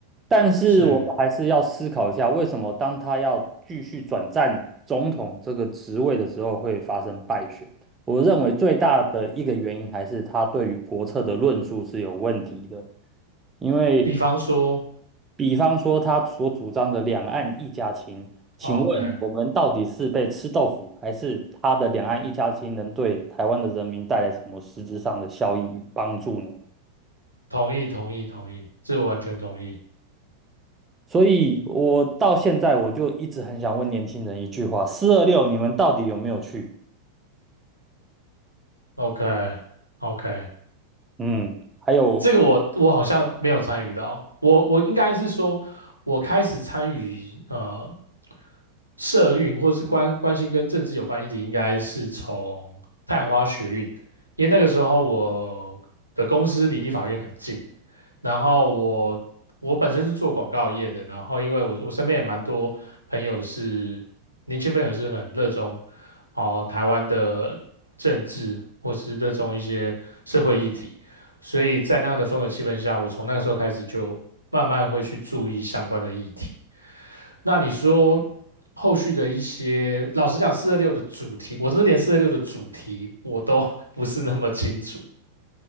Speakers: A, on the right (about 20°); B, on the right (about 85°).
A: 但是我们还是要思考一下，
B: 是，
A: 为什么当他要继续转战总统这个职位的时候会发生败选？我认为最大的一个原因还是他对于国策的论述是有问题的，因为
B: 比方说
A: 比方说他所主张的两岸一家亲，请问我们到底是被吃豆腐，
B: o k
A: 还是他的两岸一家亲能对台湾的人民带来什么实质上的效益与帮助呢？
B: 同意，同意，同意，这个完全同意。
A: 所以我到现在我就一直很想问年轻人一句话：四二六，你们到底有没有去？
B: OK，OK，
A: 嗯，还有
B: 这个我我好像没有参与到，我我应该是说，我开始参与呃。社运或是关关心跟政治有关议题，应该是从太阳花学运，因为那个时候我的公司离立法院很近，然后我我本身是做广告业的，然后因为我我身边也蛮多朋友是年轻朋友是很热衷哦台湾的政治或是热衷一些社会议题，所以在那样的氛围气氛下，我从那个时候开始就慢慢会去注意相关的议题。那你说后续的一些，老实讲，四二六的主题，我真的连四二六的主题我都 <laughs> 不是那么清楚。